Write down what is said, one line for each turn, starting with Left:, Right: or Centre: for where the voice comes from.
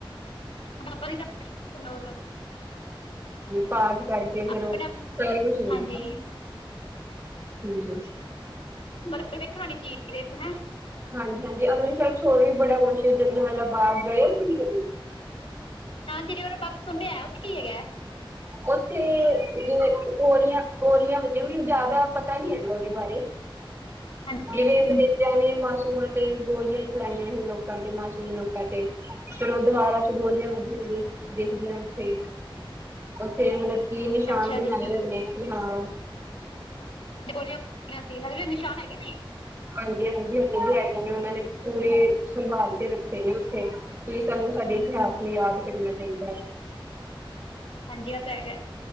Left: ਬਾਬ ਜੀ ਦਾ ਪੁਸ਼ਪ ਹੁੰਦਾ ਉਦਰ
Right: ਪਾਠ ਪੜ ਕੇ ਫਿਰ
Left: ਆਪਣਾ
Right: ਉਹ ਘਰੋ ਚਲਿ ਗੀ
Left: ਹਾਂਜੀ
Right: ਨਾ ਬਿਲਕੁਲ
Left: ਮ ਵੇਖਣ ਵਾਲੀ ਚੀਜ਼ ਹੈਂ
Right: ਹਾਂਜੀ ਹਾਂਜੀ ਅੰਮ੍ਰਿਤਸਰ ਚ ਹੋਰ ਵੀ ਬੜਾ ਕੁਛ ਜਲਿਆਂ ਵਾਂਲਾਂ ਬਾਗ ਏ ਗਏ ਹੋ ਤੁਸੀਂ ਕਦ
Left: ਜਲਿਆਂ ਵਾਲਾ ਬਗ ਸੁਣਨਿਆ ਉਥੇ ਕੀ ਹੈਗਾ ਹੈ
Right: ਉੱਥੇ ਜਿਵੇ ਗੋਲੀਆਂ ਗੋਲੀਆਂ ਵਜੇ ਹੋਣੀਆ ਮੈਨੂੰ ਜ਼ਿਆਦਾ ਪਤਾ ਨੀ ਹੈਗਾ ਉਹਦੇ ਬਾਰੇ।
Left: ਹਾਂਜੀ
Right: ਜਿਵੇ ਅੰਗਰੇਜ਼ਾਂ ਨੇ ਮਾਸੂਮਾਂ ਤੇ ਗੋਲੀਆਂ ਚਲਾਈਆਂ ਹੀ ਲੋਕਾਂ 'ਤੇ ਮਾਸੂਮ ਲੋਕਾਂ 'ਤੇ ਫੇਰ ਉਹ ਦਵਾਰਾਂ 'ਚ ਗੋਲੀਆਂ ਵੱਜੀਆਂ ਦੇਖ ਦੇਖਦੇ ਆਂ ਉੱਥੇ। ਫੇਰ ਲੌਕੀ ਨਿਸ਼ਾਨ
Left: ਅੱਛਾ
Right: ਬਣਾਏ
Left: ਜੀ
Right: ਹੋਏ ਨੇ ਕਿ ਹਾਂ।
Left: ਨੀ ਗੋਲੀਆਂ ਆ ਸੀ ਹਜੇ ਵੀ ਨਿਸ਼ਾਨ ਹੈਗੇ ਨੇ।
Right: ਹਾਂਜੀ ਹਾਂਜੀ ਹਜੇ ਵੀ ਹੈਗੇ ਨੇ ਉਹਨਾਂ ਨੇ ਪੂਰੇ ਸੰਭਾਲ ਕੇ ਰੱਖੇ ਨੇ ਉੱਥੇ। ਕੀ ਸਾਨੂੰ ਸਾਡੇ ਇਤਿਹਾਸ ਨੂੰ ਯਾਦ ਕਰਨਾ ਚਾਈਦਾ।
Left: ਹਾਂਜੀ ਆਹ ਤਾਂ ਹੈਗਾ।